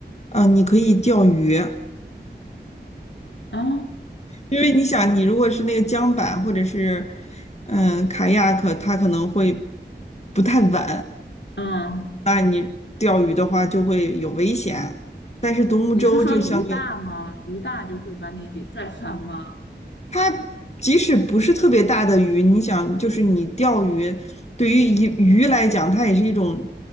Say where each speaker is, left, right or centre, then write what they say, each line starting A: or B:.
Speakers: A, on the left; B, on the left.
A: 呃，你可以钓鱼，
B: 啊，
A: 因为你想，你如果是那个桨板或者是嗯卡亚克，它可能会不太稳，
B: 嗯，
A: 那你钓鱼的话就会有危险，但是独木舟就相对。
B: 你是说鱼大吗？鱼大就会把你给拽翻吗？
A: 它即使不是特别大的鱼，你想，就是你钓鱼，对于鱼鱼来讲，它也是一种